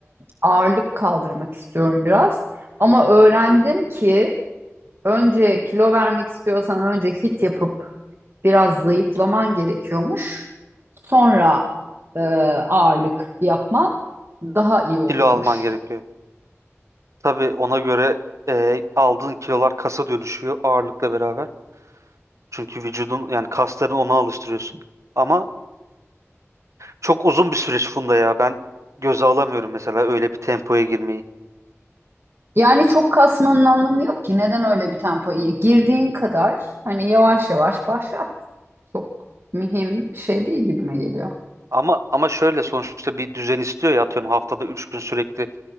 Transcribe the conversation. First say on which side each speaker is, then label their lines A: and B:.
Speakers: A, on the right (about 50°); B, on the right (about 75°).
A: ağırlık kaldırmak istiyorum biraz. Ama öğrendim ki önce kilo vermek istiyorsan önce hit yapıp biraz zayıflaman gerekiyormuş. Sonra e, ağırlık yapman daha iyi olurmuş.
B: Kilo alman gerekiyor. Tabii ona göre e, aldığın kilolar kasa dönüşüyor ağırlıkla beraber. Çünkü vücudun yani kasların ona alıştırıyorsun. Ama Çok uzun bir süreç Funda ya. Ben göze alamıyorum mesela öyle bir tempoya girmeyi.
A: Yani çok kasmanın anlamı yok ki. Neden öyle bir tempoya girdiğin kadar hani yavaş yavaş başlat. Çok mühim bir şey değil gibime geliyor.
B: Ama ama şöyle sonuçta bir düzen istiyor ya atıyorum haftada 3 gün sürekli